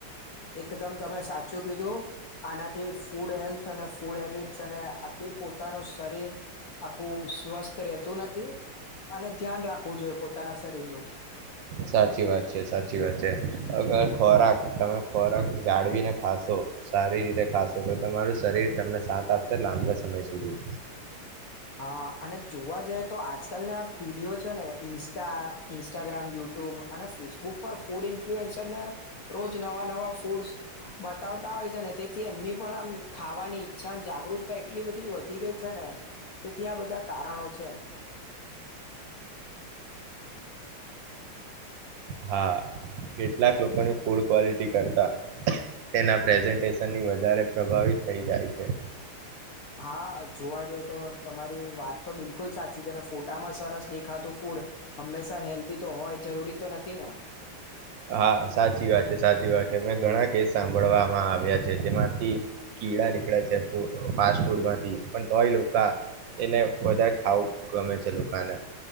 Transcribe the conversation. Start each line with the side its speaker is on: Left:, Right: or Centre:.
Left: એકદમ તમે સાચું કીધું. આનાથી ફૂડ હેલ્થ. અને ફૂડ હેબિટસ અને આખી પોતાનું શરીર આખું સ્વસ્થ રહેતું નથી અને ધ્યાન રાખવું જોઈએ પોતાના શરીરનું.
Right: સાચી વાત છે સાચી વાત છે અગર ખોરાક તમે ખોરાક જાળવીને ખાશો સારી રીતે ખાશો તો તમારું શરીર તમને સાથ આપશે લાંબા સમય સુધી.
Left: હા અને જોવા જઈએ તો આજકાલના પીઢીયો છે ને ઇન્સ્ટા ઇન્સ્ટાગ્રામ યુટ્યુબ અને ફેસબુક પર ફૂડ ઇન્ફ્લુએન્સરને રોજ નવા નવા ફૂડ બતાવતા હોય છે ને તેથી એમની પણ આમ ખાવાની ઈચ્છા જાગૃતતા એટલી બધી વધી ગઈ છે ને. તેથી આ બધા કારણો છે.
Right: હા કેટલાક લોકોની ફૂડ ક્વોલિટી કરતા તેના પ્રેઝન્ટેશનની વધારે પ્રભાવિત થઈ જાય છે.
Left: હા. જોવા જઈએ તો તમારી વાત તો બિલકુલ સાચી છે ફો ટામાં સરસ દેખાતું ફૂડ હંમેશા હેલ્ધી તો હોય જરૂરી તો નથી ને
Right: હા સાચી વાત છે સાચી વાત છે મે ઘણા કેસ સાંભળવામાં આવ્યા છે જેમાંથી કીડા નીકળે છે ફૂડ ફાસ્ટ ફૂડ માંથી પણ તોય લોકા એને વધારે ખાવું ગમે છે લોકાને